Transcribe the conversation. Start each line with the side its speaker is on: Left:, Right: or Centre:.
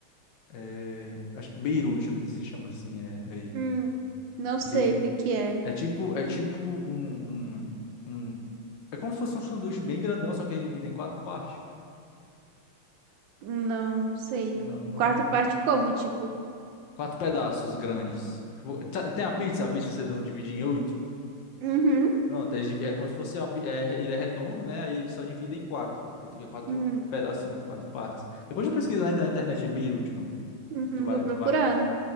Left: É, acho que Beirute, não sei se chama assim, é, é aí.
Right: hum. Não sei
Left: Beirute.
Right: o que que é.
Left: É tipo, é tipo um, um, um- É como se fosse um sanduíche bem grandão, só que eles dividem em quatro partes.
Right: Não, não sei.
Left: Não,
Right: No
Left: não,
Right: quarto
Left: não-
Right: parte como, tipo,
Left: Quatro pedaços grandes. Tipo, tá- Tem a pizza, a pizza você não divide em oito.
Right: uhum,
Left: Pronto, eles divi- é como se fosse uma, pi- é, ele é redondo, né? Aí eles só divide em quatro. Aí fica quatro
Right: uhum,
Left: pedaços, quatro partes. Depois eu pesquisa na, na internet, é Beirute o nome.
Right: uhum,
Left: Tu vai,
Right: vou procurar,
Left: tu vai ver.
Right: não,